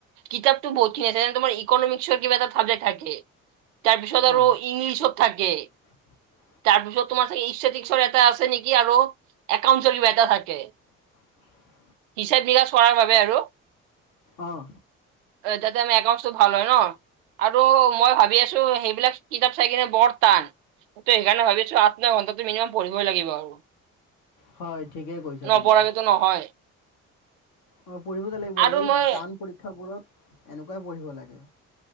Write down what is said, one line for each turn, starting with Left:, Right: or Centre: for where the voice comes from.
Right: কিতাপতো বহুতখিনি আছে যে তোমাৰ, ইকনমিক্সৰ কিবা এটাাবজেক্ট থাকে তাৰ পিছত আৰু
Left: অঁ
Right: ইংলিছত থাকে,
Left: <inaudible>
Right: তাৰ পিছত তোমাৰ ই স্তেটিক্ত এটা আছে নেকি আৰু একাউৰ কিবা এটা থাকে।
Left: <inaudible>
Right: হিচাপ নিকাচ কৰাৰ বাবে আৰু,
Left: অঁ।
Right: যাতে আমাৰ একাউন্টছটো ভালো হয় ন। আৰু মই ভাবি আছো সেইবিলাক কিতাপ চাই কিনে বৰ টান। তই সেইকাৰে ভাবিছো, আঠ ন ঘণ্টাাতটো মিনিমাম পঢ়িবই লাগিব আৰু
Left: হয় ঠিকেই কৈছা
Right: নপঢ়ৰাকেতো
Left: তুমি
Right: নহয়,
Left: অ পঢ়িবতে লাগিব
Right: আৰু
Left: এই
Right: মই
Left: টান পৰীক্ষাবোৰত এনেকুৱাই পঢ়িব লাগে।